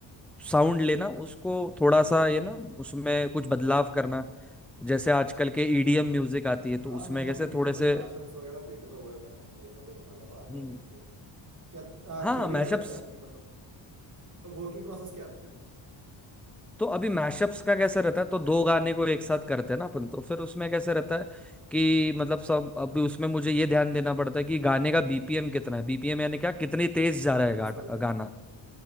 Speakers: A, in the centre; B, on the right (about 40°).
A: साउंड लेना उसको थोड़ा सा ये ना उसमें कुछ बदलाव करना जैसे आजकल के ईडीएम म्यूजिक आती है
B: रहा
A: तो
B: हाँ
A: उसमें
B: मैंने आपके
A: कैसे
B: बीच
A: थोड़े
B: में कुछ
A: से
B: मैशअप्स वगैरह देखे तो हुए थे लेकिन मुझे मजा तो आया था
A: हम्म,
B: वो देख के क्या
A: हाँ
B: थ्योरी
A: मैशअप्स
B: क्या रहती है आपकी मतलब वर्किंग प्रोसेस क्या है आपकी
A: तो अभी मैशअप्स का कैसे रहता है तो दो गाने को एक साथ करते हैं ना अपन तो फिर उसमें कैसे रहता है कि मतलब सब अभी उसमें मुझे ये ध्यान देना पड़ता है कि गाने का बीपीएम कितना है बीपीएम यानी क्या कितनी तेज जा रहा
B: Beats
A: है गाना
B: per minute
A: गाना